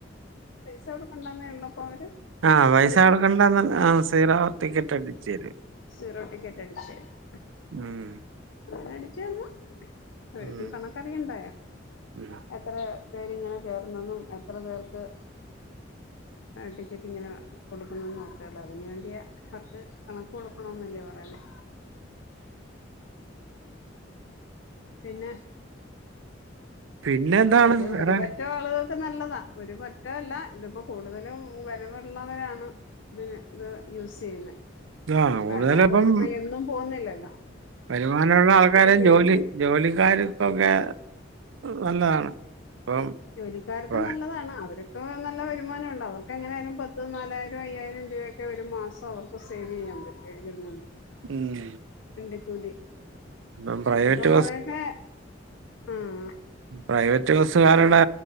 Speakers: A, on the left; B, on the right.
A: പൈസ കൊടുക്കണ്ടന്നെ ഉള്ളൂ അപ്പൊ അവര്
B: ആ പൈസ
A: സീറോ
B: കൊടുക്കണ്ട ആ സീറോ ടിക്കറ്റ് അടിച്ച് തരും
A: സീറോടിക്കറ്റ് അടിച്ച് തരും
B: ഉം.
A: അങ്ങനെ അടിച്ച് തന്ന് അവർക്കും
B: ഉം.
A: കണക്കറിയുണ്ടായോ
B: ഉം.
A: എത്ര പേരിങ്ങനെ കേർന്നന്നെന്നും എത്ര പേർക്ക് ടിക്കറ്റ് ഇങ്ങനെ കൊടുക്കുന്നുന്ന്‌ ക്കെയുള്ള അതിന് വേണ്ടിയ അവർക്ക് കണക്ക് കൊടുക്കണോന്നല്ലേ പറയുന്നെ പിന്നെ
B: പിന്നെന്താണ്
A: ഒരു
B: വേറെ?
A: ഒരുപറ്റം ആള്കള് നല്ലതാ ഒരു പറ്റല്ല ഇതിപ്പോ കൂടുതലും വരവള്ളവരാണ് ഇതിന് ഇത് യൂസ് ചെയ്യുന്ന
B: ആഹ്
A: അപ്പ
B: കൂടുതലിപ്പം
A: അല്ലാത്തവര് ഇപ്പൊ എന്നും പോന്നില്ലല്ലോ
B: വരുമാനമുള്ള ആൾക്കാരെ
A: ഉപയോഗിക്കുന്നത്
B: ജോലി ജോലിക്കാർക്കൊക്കെ നല്ലതാണ് ഇപ്പം
A: ജോലിക്കാർക്ക്
B: പ്ര
A: നല്ലതാണ് അവര് ക്കൊ ഒ നല്ല വരുമാന്വണ്ട് അവർക്ക് എങ്ങനെ ആയാലും പത്ത് നാലായിരം അയ്യായിരം രൂവെക്ക് ക്കെ ഒരു മാസം അവർക്ക് സേവെയ്യാൻ പറ്റും ഇതിൽ നിന്നു
B: ഉം
A: വണ്ടികൂലി
B: ഇപ്പം പ്രൈവറ്റ്
A: ഇപ്പൊ കൊറേക്കെ ആഹ്
B: ഉം പ്രൈവറ്റ് ബസ്സുകാരുടെ